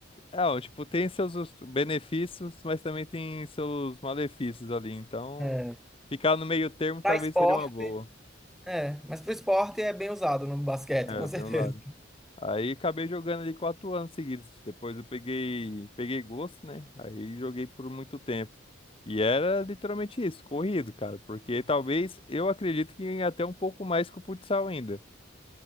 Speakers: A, on the left; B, in the centre.
A: é, ó, tipo, tem seus os- benefícios, mas também tem seus malefícios ali. Então,
B: É.
A: ficar no meio termo
B: Pra
A: talvez
B: esporte,
A: seria uma boa.
B: é. Mas pro esporte é bem usado no basquete,
A: É,
B: com certeza.
A: bem Aí acabei jogando ali quatro anos seguidos. Depois eu peguei, peguei gosto, né? Aí joguei por muito tempo. E era literalmente isso, corrido, cara. Porque talvez eu acredito que até um pouco mais que o futsal ainda.